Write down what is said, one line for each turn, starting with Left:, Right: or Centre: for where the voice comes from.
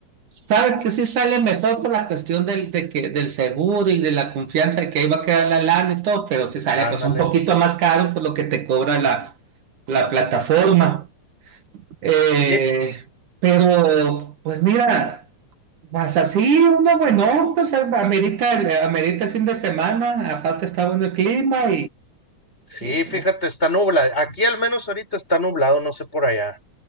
Right: Sabes que sí sale mejor por la cuestión del, de que, del seguro y de la confianza de que ahí va a quedar la lana y todo, pero sí sale pues
Left: Ándale.
Right: un poquito más caro por lo que te cobra la, la plataforma. Eh,
Left: Sí,
Right: pero, pues mira, vas así, uno bueno, pues amerita, el- amerita el fin de semana, aparte está bueno el clima
Left: sí,
Right: y,
Left: fíjate, está nublado. Aquí al menos ahorita está nublado, no sé por allá.